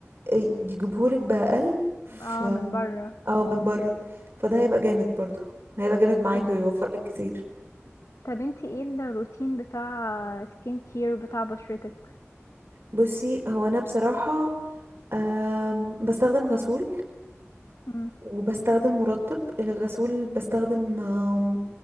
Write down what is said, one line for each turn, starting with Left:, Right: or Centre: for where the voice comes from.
Right: ي- يجيبهولك باقل ف
Left: اه من بره
Right: او من بره فده هيبقى جامد برضو هيبقى جامد معاكي
Left: طب
Right: ويوفر لك كتير
Left: طب انت ايه الروتين بتاع سكين كير بتاع بشرتك
Right: بصي هو انا بصراحة آم، بستخدم غسول
Left: مم.
Right: وبستخدم مرطب الغسول بستخدم آم،